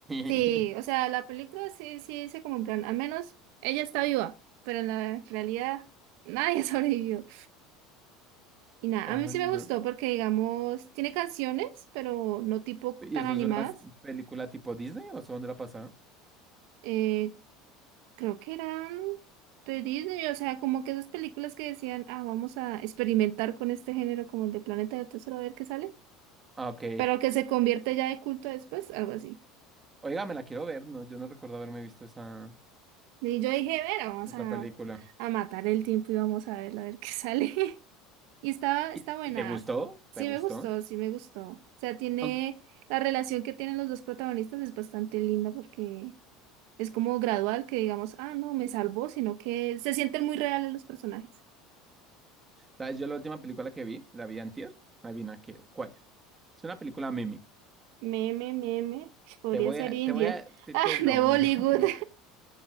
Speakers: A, on the right; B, on the right.
A: Sí,
B: <laughs>
A: o sea, la película sí, sí dice como en plan, al menos ella está viva, pero en la realidad nadie <laughs> sobrevivió. Y nada,
B: Ah,
A: a mí sí
B: no.
A: me gustó porque, digamos, tiene canciones, pero no tipo
B: ¿Y
A: tan
B: eso
A: animadas.
B: es una película tipo Disney o eso dónde la pasaron?
A: Eh, creo que eran de Disney, o sea, como que esas películas que decían, ah, vamos a experimentar con este género como el de Planeta de Tesoro a ver qué sale,
B: Ah, ok.
A: pero que se convierte ya de culto después, algo así.
B: Oiga, me la quiero ver, no, yo no recuerdo haberme visto esa,
A: Y yo dije, bueno, vamos
B: esa
A: a,
B: película.
A: a matar el tiempo y vamos a ver, a ver qué sale. <laughs> Y está, está
B: ¿Y,
A: buena.
B: y te gustó?
A: Sí
B: ¿Te gustó?
A: me gustó, sí me gustó. O sea, tiene
B: Aunque-
A: la relación que tienen los dos protagonistas es bastante linda porque es como gradual que digamos, ah, no, me salvó, sino que se sienten muy reales los personajes.
B: ¿Sabes? Yo la última película que vi, la vi antier. Adivina qué, ¿cuál? Es una película meme.
A: Meme, meme, podría
B: Te voy
A: ser
B: a,
A: India.
B: te voy a,
A: <laughs>
B: te-
A: Ah,
B: te- no,
A: de Bollywood.
B: no, no. <laughs>